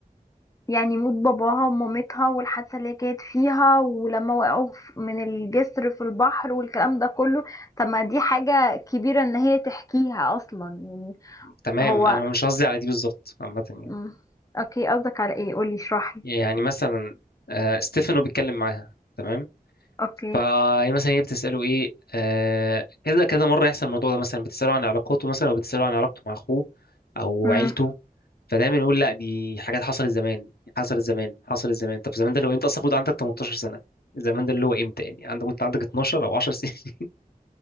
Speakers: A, on the left; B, on the left.
A: يعني موت باباها ومامتها والحادثة اللي هي كانت فيها ولما وقعوا ف- من الجسر في البحر والكلام ده كله طب ما دي حاجة كبيرة ان هي تحكيها اصلا يعني
B: تمام
A: هو
B: أنا مش قصدي على دي بالظبط عامة يعني
A: مم. اوكي قصدك على ايه قولي اشرحلي
B: يعني مثلا آه، ستيفانو بيتكلم معاها تمام
A: اوكي
B: فمثلا هي بتسأله ايه آه كذا كذا مرة يحصل الموضوع ده مثلا بتسأله عن علاقاته مثلا او بتسأله عن علاقته مع اخوه او
A: مم.
B: عيلته فدايما يقول لا دي حاجات حصلت زمان حصلت زمان حصلت زمان طب زمان ده لو انت اصلا المفروض عندك 18 سنة زمان ده اللي هو امتى يعني عندك كنت عندك 12 او 10 سنين <laughs>